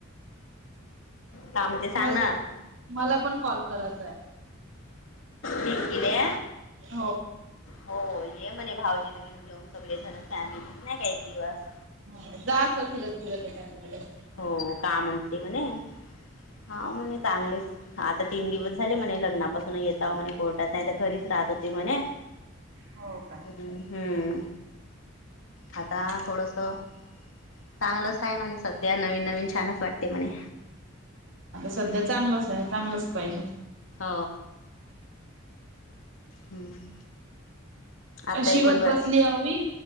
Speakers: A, on the left; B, on the right.
A: काय म्हणते सांग
B: मला
A: ना
B: मला पण कॉल करायच आहे.
A: त <inaudible> केले
B: हो,
A: हो, ये म्हणे भाऊजीला घेऊन. घेऊन सगळे जण फॅम नाही का एक दिवस.
B: हो जायचं फिरत फिरत एखाद्या वेळेस
A: हो का, म्हणते म्हणे. हा, म्हणे चांगलेच आता तीन दिवस झाले म्हणे लग्नापासून येता म्हणे कोर्टात नाही तर घरीच राहत. होती म्हणे
B: हो का
A: हम्म, आता थोडस. चांगलच आहे म्हणे सध्या नवीन नवीन छानच वाटते म्हणे.
B: आता सध्या चांगलंच आहे चांगलंच पाहिजे.
A: हो हम, आता
B: शिवत
A: एक कोडी ब
B: बसली अहो मी